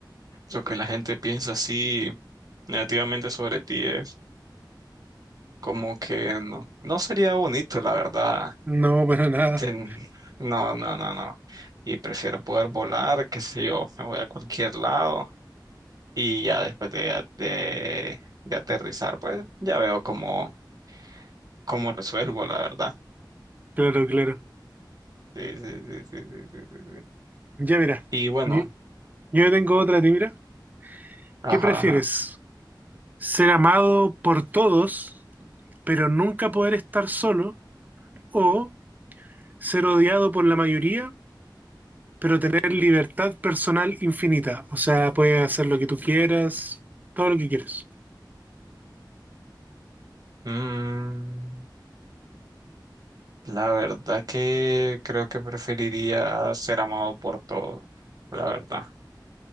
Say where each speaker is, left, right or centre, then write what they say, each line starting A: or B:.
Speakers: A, on the right (about 55°); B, on the right (about 20°).
A: lo que la gente piensa así negativamente sobre ti es como que no, no sería bonito, la verdad.
B: No, para nada.
A: Ten- no, no, no, no. Y prefiero poder volar, qué sé yo, me voy a cualquier lado Y ya después de, de, de aterrizar, pues ya veo cómo, cómo resuelvo, la verdad.
B: Claro, claro.
A: Sí, sí, sí, sí, sí, sí, sí, sí.
B: Ya mira,
A: Y bueno,
B: yo, yo tengo otra, de ti, mira.
A: ajá,
B: ¿Qué prefieres?
A: ajá.
B: ¿Ser amado por todos, pero nunca poder estar solo? ¿O ser odiado por la mayoría, pero tener libertad personal infinita? O sea, puedes hacer lo que tú quieras, todo lo que quieras.
A: Mm, la verdad que creo que preferiría ser amado por todos, la verdad.